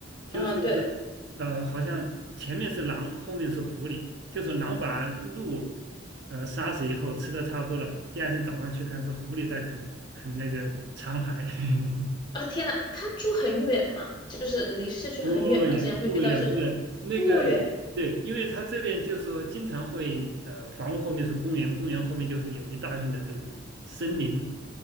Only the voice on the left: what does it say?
嗯，对
啊，天呐，他住很远吗？就是离市区很远吗？
竟然会遇到这种
不远